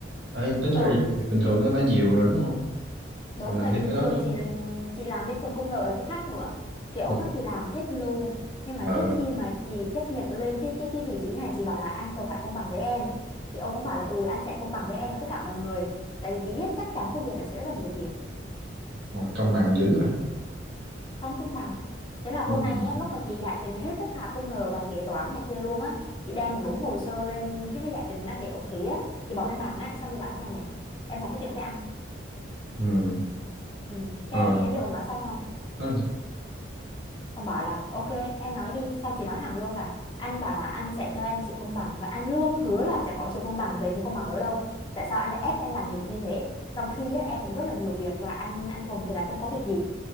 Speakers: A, on the right (about 75°); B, on the left (about 25°).
A: ấy tính ra
B: ừ
A: việc bình thường nó đã nhiều rồi đúng không
B: Đúng,
A: rồi làm
B: tại
A: thêm
B: vì bình
A: cái đó
B: thường
A: nữa
B: chị chị làm bên phần công nợ là cái khác nữa thì ổng
A: ừ.
B: bắt chị làm hết luôn nhưng mà
A: ờ,
B: trước khi mà chị chấp nhận lên cái cái cái vị trí này chị bảo là anh cần phải công bằng với em thì ông cũng bảo là ừ anh sẽ công bằng với em và tất cả mọi người tại vì chị biết chắc chắn công việc này sẽ rất là nhiều việc
A: Ủa, công bằng dữ à
B: không công bằng thế là hôm
A: không
B: nay á, lúc mà chị giải trình hết tất cả công nợ và kế toán này kia luôn á chị đem một đống hồ sơ lên cái cái giải trình á để ổng ký á chị bỏ lên bàn á xong chị bảo thế này này em muốn nói chuyện với anh
A: ừ.
B: ừ. cái
A: rồi
B: em biết ổng nói sao không
A: nó
B: Ông bảo là ok em nói đi Xong chị nói thẳng luôn là anh bảo là anh sẽ cho em sự công bằng Và anh luôn hứa là sẽ có sự công bằng về thế công bằng ở đâu Tại sao anh lại ép em làm nhiều việc như thế Trong khi á, em cũng rất là nhiều việc Và anh anh Thuần thì lại không có việc gì